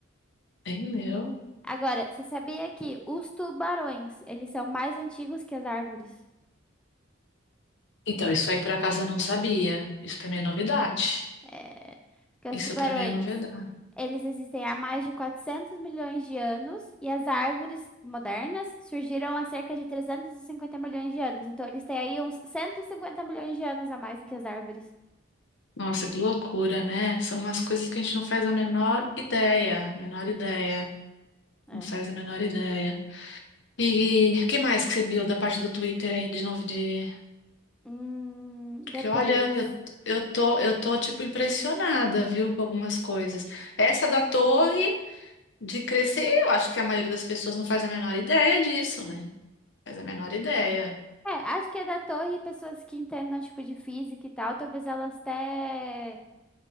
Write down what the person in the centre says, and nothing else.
Agora, você sabia que os tubarões, eles são mais antigos que as árvores?
É, que os
tubarões,
eles existem há mais de 400 milhões de anos e as árvores modernas surgiram há cerca de 350 milhões de anos. Então, eles têm aí uns 150 milhões de anos a mais do que as árvores.
Hum,
é.
Hum,
depois.
É, acho que é da torre, pessoas que entendam, tipo, de física e tal, talvez elas até